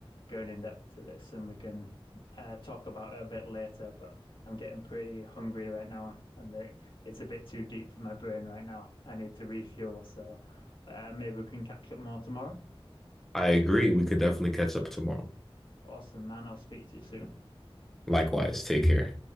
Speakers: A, on the left (about 60°); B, in the centre.
A: going in depth to this, and we can uh, talk about it a bit later. But I'm getting pretty hungry right now, and it, it's a bit too deep for my brain right now. I need to refuel, so uh, maybe we can catch up more tomorrow.
B: I agree. We could definitely catch up tomorrow.
A: Awesome, man. I'll speak to you soon.
B: Likewise, take care.